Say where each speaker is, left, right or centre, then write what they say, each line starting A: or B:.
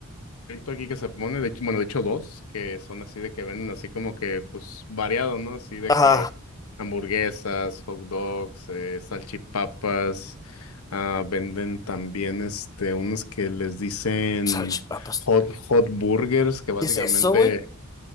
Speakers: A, on the left; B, on the left.
A: carrito aquí que se pone, de hecho, bueno, de hecho dos, que son así de que venden así como que, pues, variado, ¿no? Así de
B: Ajá.
A: que hamburguesas, hot dogs, eh, salchipapas, ah, venden también, este, unos que les dicen
B: Salchipapas.
A: hot, hot burgers, que básicamente,
B: ¿Qué es eso, güey?